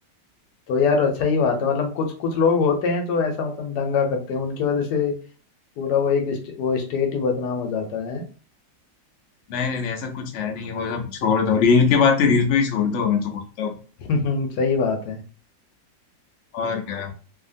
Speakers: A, on the left; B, on the left.
A: तो यार अच्छा ही बात है मतलब कुछ कुछ लोग होते हैं जो ऐसा मतलब दंगा करते हैं उनकी वजह से पूरा वो एक स्टे, वो स्टेट ही बदनाम हो जाता है
B: नहीं नहीं नहीं ऐसा कुछ है नहीं वो सब छोड़ दो रील के बातें रील पे ही छोड़ दो मैं तो बोलता हूँ
A: <laughs> सही बात है
B: और क्या